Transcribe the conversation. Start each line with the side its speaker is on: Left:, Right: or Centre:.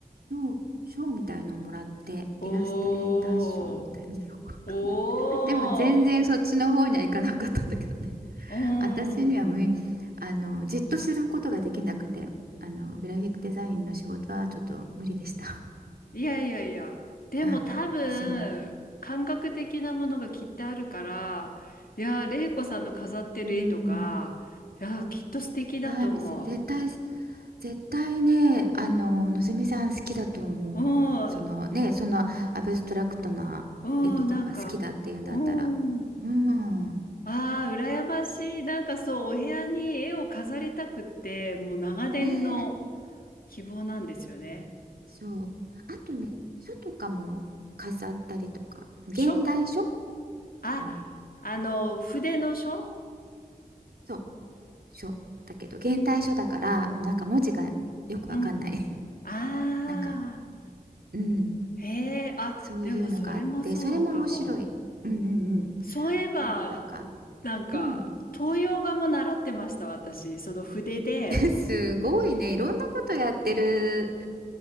Right: 賞、賞みたいのをもらってイラストレーター賞みたいなの
Left: おー、
Right: <laughs> よくわかんない。
Left: おー、
Right: でも全然そっちの方には行かなかったんだけどね。
Left: うん。
Right: 私には無い、あの、じっとすることができなくて、あの、グラフィックデザインの仕事はちょっと無理でした。
Left: いやいやいや、でも多分、
Right: <laughs> そう。
Left: 感覚的なものがきっとあるから、いや、玲子さんの飾ってる絵とか、
Right: うん。
Left: いや、きっと素敵だと思
Right: ああ、店、絶対、絶対ね、あの、のぞみさん好きだと思う。
Left: う。う
Right: そのね、
Left: ん、
Right: そのアブストラクトな絵とかが好きだっていうんだったら。
Left: うん、なんか、うん。
Right: うん。
Left: ああ、羨ましい。なんかそう、お部屋に絵を飾りたくって、もう長年の
Right: ねえ、
Left: 希望なんですよね。
Right: そう。あとね、書とかも飾ったりとか、現代書
Left: しょっあ、
Right: うん。
Left: あの、筆の書
Right: そう、書。だけど、現代書だから、もうなんか文字がよくわかんない。
Left: うん。
Right: <laughs>
Left: ああ、
Right: なんか、うん。
Left: へえ、あ、
Right: そういうのがあって、
Left: でもそれもそうかも。
Right: それも面白い。うんうんうん。
Left: そういえば、
Right: ちょっとなんか、
Left: なんか、
Right: うん。
Left: 東洋画も習ってました、私。その筆で。
Right: <laughs> すごいね。いろんなことやってる。